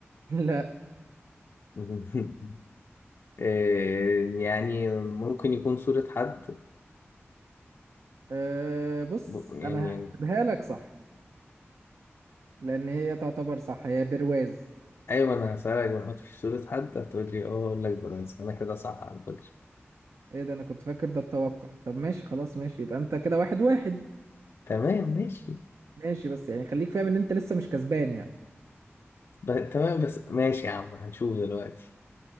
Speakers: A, on the right (about 90°); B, on the left (about 65°).
A: <laughs> لا
B: <laughs> إيه، يعني ممكن يكون صورة حد
A: أه بص
B: ب- يعني
A: انا هحسبها لك صح لان هي تعتبر صح هي برواز
B: أيوة أنا هسألك بنحط في صورة حد هتقول لي اه أقول لك بس أنا كده صح على فكرة
A: ايه ده انا كنت فاكر ده التوقع طب ماشي خلاص ماشي يبقى انت كده واحد واحد
B: تمام ماشي
A: ماشي بس يعني خليك فاهم ان انت لسه مش كسبان يعني
B: ب... تمام بس ماشي يا عم هنشوف دلوقتي